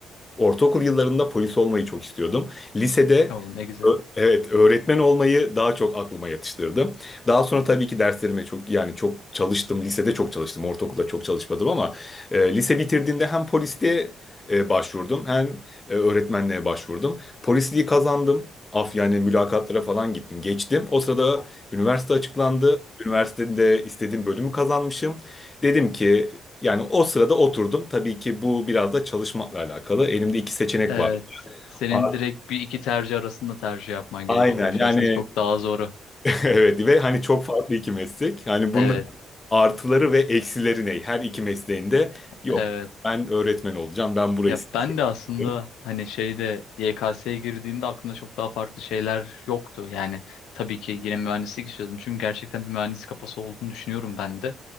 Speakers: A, on the left; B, on the left.
A: ortaokul yıllarında polis olmayı çok istiyordum. Lisede
B: Oo, ne güzel.
A: ö- Evet, öğretmen olmayı daha çok aklıma yatıştırdım. Daha sonra tabii ki derslerime çok yani çok çalıştım. Lisede çok çalıştım, ortaokulda çok çalışmadım ama e, lise bitirdiğimde hem polisliğe e, başvurdum hem e, öğretmenliğe başvurdum. Polisliği kazandım. Af yani mülakatlara falan gittim. Geçtim. O sırada üniversite açıklandı. Üniversitede istediğim bölümü kazanmışım. Dedim ki yani o sırada oturdum. Tabii ki bu biraz da çalışmakla alakalı. Elimde iki seçenek
B: Evet.
A: var.
B: Senin
A: A-
B: direkt bir iki tercih arasında tercih yapman
A: Aynen
B: gerekiyormuş
A: yani
B: aslında. Çok daha zoru.
A: <laughs> evet ve hani çok farklı iki meslek. Yani bunun
B: Evet,
A: artıları ve eksileri ne? Her iki mesleğinde yok.
B: evet.
A: Ben öğretmen olacağım. Ben burayı
B: Ya
A: seçiyorum.
B: ben de aslında hani şeyde YKS'ye girdiğimde aklımda çok daha farklı şeyler yoktu. Yani tabii ki yine mühendislik istiyordum. Çünkü gerçekten bir mühendis kafası olduğunu düşünüyorum ben de.